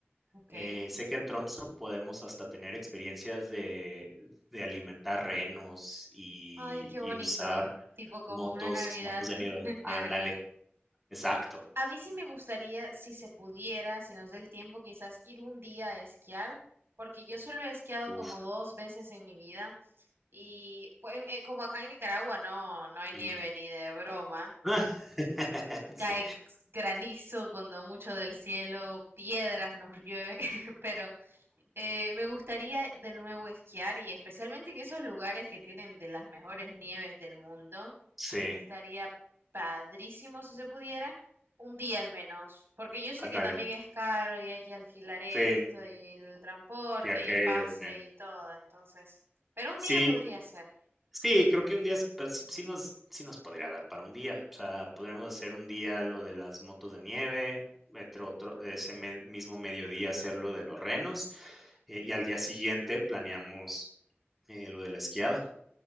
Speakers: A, on the right; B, in the centre.
A: Ok.
B: eh, sé que en Tromso podemos hasta tener experiencias de de alimentar renos y
A: Ay, qué
B: y
A: bonito.
B: usar
A: Tipo como
B: motos
A: una Navidad,
B: motos de
A: <laughs>
B: nieve. Ándale,
A: de verdad.
B: exacto.
A: A mí sí me gustaría, si se pudiera, si nos da el tiempo, quizás ir un día a esquiar, porque yo solo he esquiado
B: Uf,
A: como dos veces en mi vida y pues, em, eh, como acá en Nicaragua no, no hay
B: ujú.
A: nieve ni de broma,
B: <laughs>
A: en- cae
B: Sí,
A: granizo cuando mucho del cielo, piedras nos llueven, <laughs> pero Eh, me gustaría de nuevo esquiar y especialmente en esos lugares que tienen de las mejores nieves del mundo.
B: sí,
A: Estaría padrísimo si se pudiera, un día al menos, porque yo sé
B: ándale.
A: que también es caro y hay que alquilar esto
B: Sí,
A: y el transporte
B: y aquello,
A: y el pase
B: sí.
A: y todo, entonces, pero un
B: Sí
A: día podría ser,
B: Sí, creo que un día es pues, sí sí nos sí nos podría dar para un día. O sea, podríamos hacer un día lo de las motos de nieve, otro otro ese me mismo mediodía hacer lo de los renos, eh, y al día siguiente planeamos, eh, lo de la esquiada.